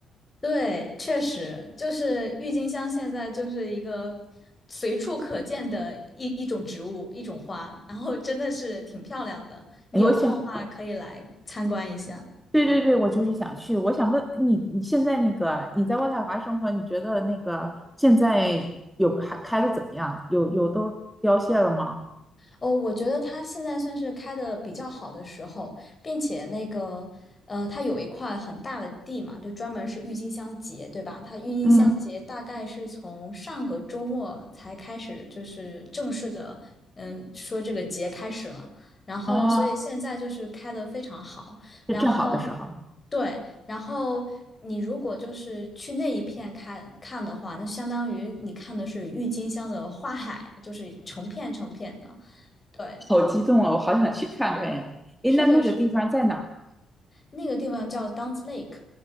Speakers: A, on the left; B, in the centre.
A: 对，确实就是郁金香，现在就是一个随处可见的一一种植物，一种花，然后真的是挺漂亮的。你有空的话可以来参观一下。
B: 诶，我想，对对对，我就是想去。我想问你，你现在那个你在渥太华生活，你觉得那个现在有还开的怎么样？有有都凋谢了吗？
A: 哦，我觉得它现在算是开的比较好的时候，并且那个，呃，它有一块很大的地嘛，就专门是郁金香节，对吧？它郁金香节大概是从上个周末才开始，
B: 嗯，
A: 就是正式的，嗯，说这个节开始了。然后，
B: 啊，
A: 所以现在就是开的非常好。
B: 是正好的时候，
A: 然后，对，然后你如果就是去那一片看看的话，那相当于你看的是郁金香的花海，就是成片成片的。对，
B: 好激动啊！我好想去看看呀。诶，
A: 是的，
B: 那那个地方在哪儿？
A: 是的，那个地方叫 d u n c e Lake，